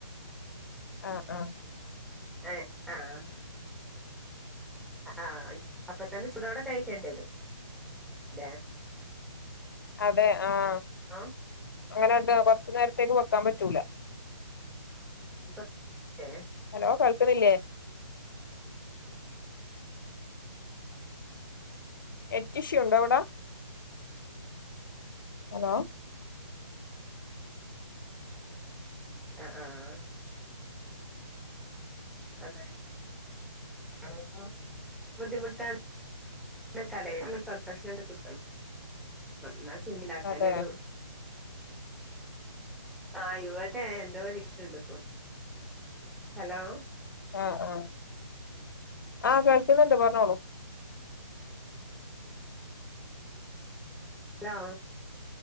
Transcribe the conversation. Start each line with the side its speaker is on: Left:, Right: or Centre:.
Left: ആഹ് ആഹ്
Centre: ഏഹ് ആഹ് അഹ് ആഹ് അപ്പൊതന്നെ ചുടോടെ കഴിക്കേണ്ടിയരും ല്ലേ
Left: അതെ ആഹ്
Centre: ആ
Left: അങ്ങനെ എന്ത കൊറച്ച് നേരത്തേക്ക് വെക്കാൻ പറ്റൂല
Centre: അ <inaudible>
Left: ഹലോ കേൾക്ക്ണില്ലേ നെറ്റിഷ്യൂ ഉണ്ടോ അവിടെ ഹലോ
Centre: ആഹ് ആഹ് അ <inaudible> ബുദ്ധിമുട്ടാണ് <inaudible> കടേന്ന് പെർഫെക്ഷൻ ആയിട്ട് കിട്ടണം ന്നാ പിന്നെ ണ്ടാക്കാനൊരു
Left: അതെ
Centre: ആഹ് ഇവിടെ എന്തോ ഒരിഷ്യൂണ്ട്പ്പോ ഹലോ
Left: ആഹ് ആഹ് ആഹ് കേൾക്ക്ന്നുണ്ട് പറഞ്ഞോളൂ
Centre: ഹലോ